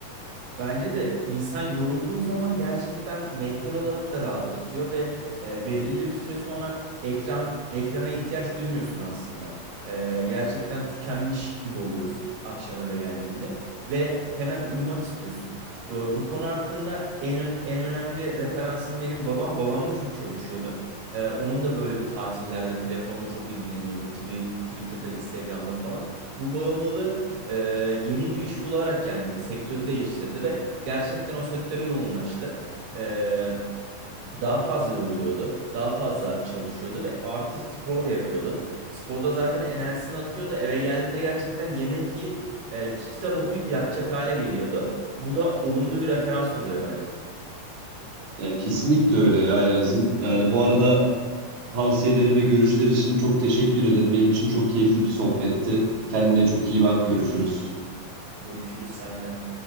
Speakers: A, on the right; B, on the right.
A: Bence de insan yorulduğu zaman gerçekten mental olarak da rahatlatıyor ve e, belirli bir süre sonra ekran ekrana ihtiyaç duymuyorsun aslında. E, gerçekten tükenmiş gibi oluyorsun akşam eve geldiğinde ve hemen uyumak istiyorsun. E, bu konu hakkında en ön- en önemli referansım benim babam. Babam da çok çalışıyordu. E, onun da böyle bir tatillerde telefonla çok ilgileniyordu. Twitter, Twitter'da, Instagram'da falan. Bu bağımlılığı e, yeni bir iş bularak kendi sektörü değiştirdi ve gerçekten o sektöre yoğunlaştı. E, daha fazla yoruluyordu, daha fazla çalışıyordu ve artı spor da yapıyordu. Sporda zaten enerjisini atıyordu. Eve geldiğinde gerçekten yemek yiyip e, kitap okuyup yatacak hale geliyordu. Bu da olumlu bir referans oluyor bence.
B: Ya kesinlikle öyle ya Yağız'ım. Yani bu arada Tavsiyelerin ve görüşler için çok teşekkür ederim. Benim için çok keyifli bir sohbetti. Kendine çok iyi bak. Görüşürüz.
A: Görüşürüz senle.